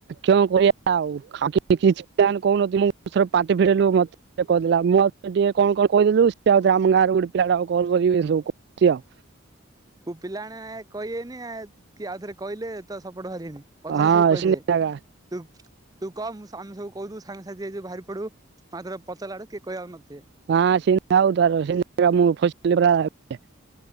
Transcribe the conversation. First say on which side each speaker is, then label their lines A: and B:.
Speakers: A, on the right (about 55°); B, on the right (about 20°).
A: କିଅଣ କରିବା ଆଉ ଖଇ କି <unintelligible> କିଛି କହୁନଁରେ ପାଟି ଫିରେଇଲୁ ମତେ କହିଦେଲା ମୁଁ ଆଉ ଟିକେ କଣ କଣ କହିଦେୁଉ ଆମ ଗାଁରେ ଗୋଟେ ପିଲାଟା କୁ କଲ୍ କରିକି କହିଚି ଆଉ।
B: ହୁ ପିଲା ଆଣିବା ନା ଏକ କହେନି କି ଆଉ ଥରେ କହିଲେ ତ ସୁ ପ ବାଣି ପଛରେ
A: ହଁ
B: ସବୁ କହିଦେବେ
A: ସେମିତି ଜାଗା
B: ତୁ କହ ମୁ ଆମେ ସବୁ କହୁ ସାଙ୍ଗ ଆଯିବ ବାରି ପଡୁ <unintelligible> ପଚାରିଲା ଆଡ଼କୁ କିଏ କହିବାରୁନିବ
A: ହଁ ସେ ଆଉ <unintelligible> ଆଣିଲି ପରା <unintelligible>